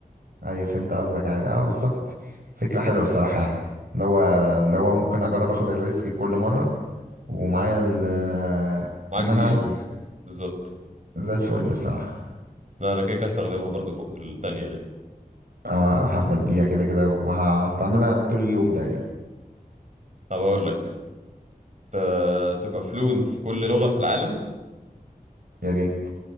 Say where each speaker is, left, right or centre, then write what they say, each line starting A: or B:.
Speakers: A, on the right (about 90°); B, on the right (about 50°).
A: ايوه فهمت قصدك عادي اه بالظبط فكرة حلوة الصراحة يعني اللي هو اللي هو ممكن اجرب اخد الريسك كل مرة ومعايا ال- آه،
B: معاك
A: ان
B: دقيقه
A: انا عادي بقى
B: بالظبط
A: زي الفل الصراحة
B: لا انا كده كده استخدمها برضو فوق التانية يعني
A: اه هقبل بيها كده كده وهستعملها طول اليوم تقريبا
B: طب هقول لك ت- تبقى فلوينت في كل لغه في العالم
A: يا ريت